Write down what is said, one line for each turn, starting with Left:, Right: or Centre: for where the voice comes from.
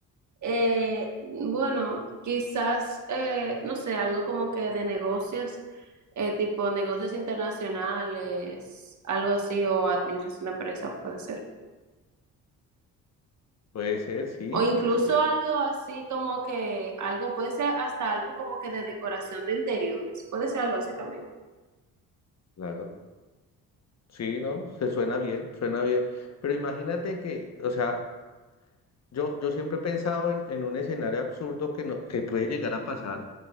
Right: Eh, bueno, quizás, eh, no sé, algo como que de negocios, eh, tipo negocios internacionales, algo así, o administración de empresas puede ser.
Left: Puede ser, sí,
Right: O incluso
Left: es que,
Right: algo así como que, algo puede ser hasta algo como que de decoración de interiores, puede ser algo así también.
Left: claro, sí, ¿no? Se suena bien, suena bien. Pero imagínate que, o sea, yo, yo siempre he pensado en, en un escenario absurdo que, no, que puede llegar a pasar